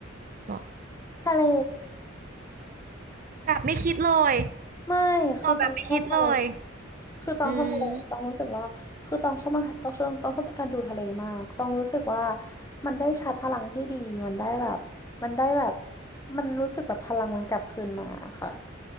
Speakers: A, on the right; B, on the left.
A: เหมาะ
B: ทะเล
A: แบบไม่คิดเลย
B: ไม่คือตองชอบทะเล
A: ตอบแบบไม่คิดเลย
B: คือตองชอบทะเลตองรู้สึกว่าคือตองชอบมากตองชอบตองชอบการดูทะเลมากตองรู้สึกว่า
A: อืม
B: มันได้ชาร์จพลังที่ดีมันได้แบบมันได้แบบมันรู้สึกแบบพลังมันกลับคืนมาค่ะ